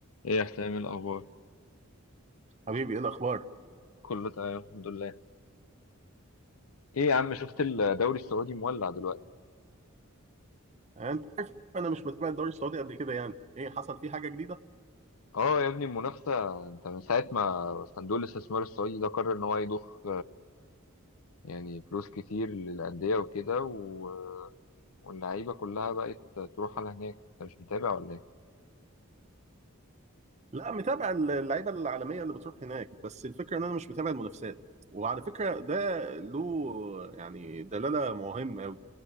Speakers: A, on the left; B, on the right.
A: ايه يا حسام إيه الاخبار
B: حبيبي ايه الاخبار
A: كله تمام الحمد لله ايه يا عم شفت الدوري السعودي مولع دلوقتي
B: يعني انت عارف انا مش متابع الدوري السعودي قد كده يعني ايه حصل فيه حاجه جديده
A: اه يا ابني المنافسه انت من ساعه ما صندوق الاستثمار السعودي ده قرر ان هو يضخ يعني فلوس كتير للانديه وكده و... واللعيبه كلها بقت تروح على هناك انت مش متابع ولا ايه
B: لا متابع اللعيبه العالميه اللي بتروح هناك بس الفكره ان انا مش متابع المنافسات وعلى فكره ده له يعني دلاله مهمه قوي